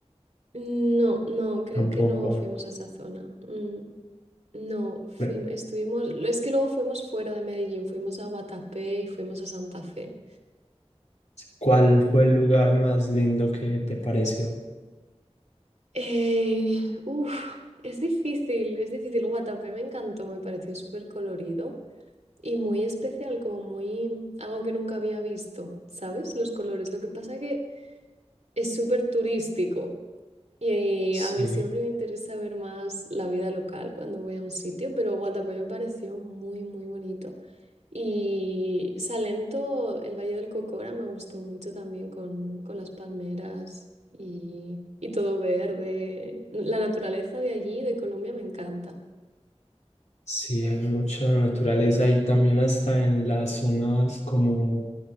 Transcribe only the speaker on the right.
No, no, creo
que no fuimos a esa zona. Mm, no, fuimos,
estuvimos, es que luego fuimos fuera de Medellín, fuimos a Guatapé y fuimos a Santa Fe.
Eh, uf, es difícil, es difícil. Guatapé me encantó, me pareció súper colorido y muy especial, como muy algo que nunca había visto, ¿sabes? Los colores. Lo que pasa que es súper turístico y eh,
a mí siempre me interesa ver más la vida local cuando voy a un sitio, pero Guatapé me pareció muy, muy bonito. Y Salento, el Valle del Cocora, me gustó mucho también con, con las palmeras y, y todo verde. La naturaleza de allí, de Colombia, me encanta.